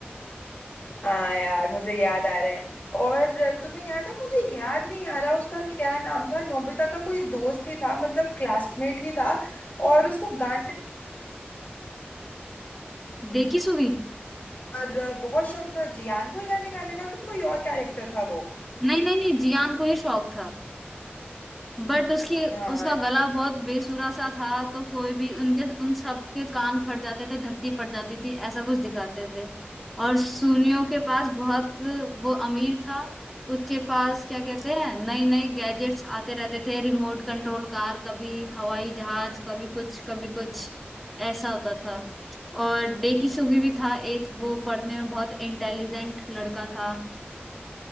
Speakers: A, on the left (about 45°); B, in the centre.
A: हाँ यार मुझे याद आ रहा है और तुम्हें याद है मुझे याद नहीं आ रहा उसका क्या नाम था नोबिता का कोई दोस्त ही था मतलब क्लासमेट ही था और उसको गाने
B: देखी सुवी
A: और बहुत शौक था जियान को ही गाने गाने का कि कोई और कैरेक्टर था वो
B: नहीं नहीं नहीं जियान को ही शौक था बट उसकी
A: हाँ
B: उसका गला बहुत बेसुरा सा था तो कोई भी उनके उन सब के कान फट जाते थे धरती फट जाती थी ऐसा कुछ दिखाते थे और सुनियों के पास बहुत वो अमीर था उसके पास क्या कहते हैं नई नई गैजेट्स आते रहते थे रिमोट कंट्रोल कार कभी हवाई जहाज कभी कुछ कभी कुछ ऐसा होता था और डेकी सुगी भी था एक वो पढ़ने में बहुत इंटेलिजेंट लड़का था